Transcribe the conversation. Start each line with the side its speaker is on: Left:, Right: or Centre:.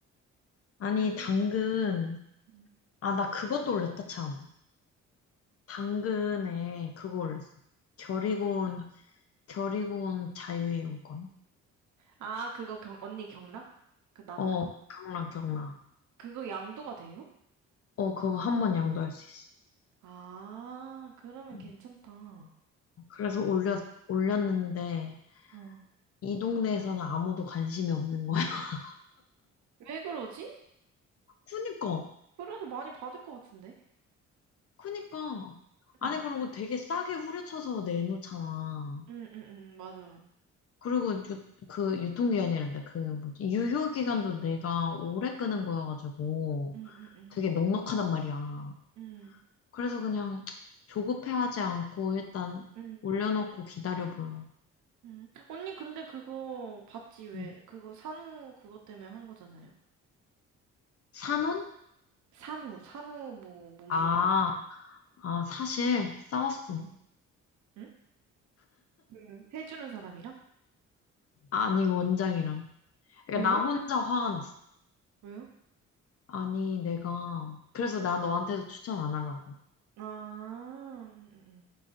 Left: 아니,
Right: 음,
Left: 당근.
Right: 음.
Left: 아, 나 그것도 올렸다, 참. 당근에 그거 올렸어. 결의곤,
Right: 어떤 거?
Left: 결의곤 자유이용권.
Right: 아, 그거 경, 언니 경락? 그 남은
Left: 어,
Right: 거?
Left: 경락, 경락.
Right: 그거 양도가 돼요?
Left: 어, 그거 한 번 양도할 수 있어.
Right: 아, 그러면
Left: 음.
Right: 괜찮다.
Left: 그래서 올렸, 올렸는데,
Right: 응.
Left: 이 동네에서는 아무도 관심이 없는 거야. <laughs>
Right: 왜 그러지?
Left: 그니까,
Right: 그래도 많이 받을 것 같은데?
Left: 그니까. 아니,
Right: 응,
Left: 그리고 되게 싸게 후려쳐서 내놓잖아.
Right: 응, 응, 응, 맞아.
Left: 그리고 유, 그 유통기한이란다. 그 뭐지? 유효기간도 내가 오래 끄는
Right: 응,
Left: 거여가지고
Right: 응, 응, 응,
Left: 되게 넉넉하단 말이야.
Right: 응,
Left: 그래서 그냥 조급해하지 않고 일단
Right: 응.
Left: 올려놓고 기다려봐요.
Right: 음. 언니, 근데 그거 봤지, 왜?
Left: 음.
Right: 그거 산후 그거 때문에 한 거잖아요.
Left: 산혼?
Right: 산후, 산후 뭐 몸조리
Left: 아,
Right: 같은.
Left: 아, 사실 싸웠어.
Right: 응? 응? 그 해주는 사람이랑?
Left: 아니, 원장이랑. 그러니까
Right: 왜요?
Left: 나 혼자 화가 났어.
Right: 왜요?
Left: 아니, 내가.
Right: 음.
Left: 그래서 나 너한테도 추천 안 하려고.
Right: 아, 음, 음, 음.